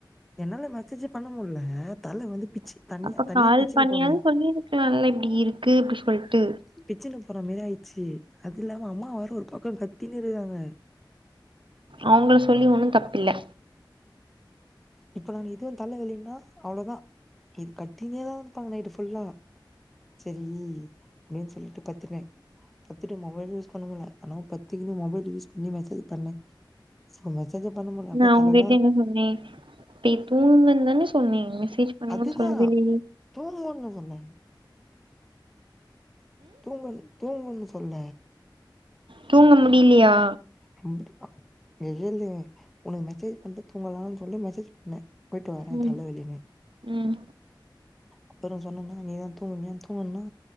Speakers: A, in the centre; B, on the right.
A: என்னால மெசேஜ் பண்ண முல்ல தல வந்து பிச்சு தனியா
B: அப்ப
A: தனியா
B: கால்
A: பிச்சுன்னு
B: பண்ணியாது
A: போமே
B: சொல்லிருக்கலால இப்டி இருக்கு அப்டி சொல்டு
A: பிச்சுனு போற மாரி ஆயிச்சு அது இல்லாம அம்மா வார ஒரு பக்கோ கத்தின்னு இருகாங்க
B: அவுங்கள சொல்லி ஒன்னு தப்பில்ல
A: இப்ப நான் இதுவு தல வலின்னா அவ்ளோவுதா இது கத்தினேதா இருப்பாங்க நைட்டு ஃபுல்லா செரி அப்டினு சொல்லிட்டு பத்துருவே பத்துட்டு மொபைல் யூஸ் பண்ண முட்ல ஆனா பத்துக்கின்னு மொபைல் யூஸ் பண்ணி மெசேஜ் பண்ண சோ மெசேஜே முல்ல அப்டியே
B: நா
A: தலலா
B: உங்கட்ட என்ன சொன் னே நீ தூங்குன்னு தானே சொன்னே மெசேஜ் பண்ணு
A: அதுதா
B: சொல்லி
A: தூங்குன்னு சொன்னே தூங்கணு தூங்குன்னு சொல்ல
B: தூங்க முடியலையா
A: வந்துருப்பா மேகேளு ஒனக்கு மெசேஜ் பண்ட்டு தூங்கலானு சொல்லிட மெசேஜ் பண்ணே போயிட்டு வர
B: ம்
A: தலவலினு
B: ம்
A: அப்புற சொன்னோம்னா நீ தா தூங்குனியா தூங்குன்னா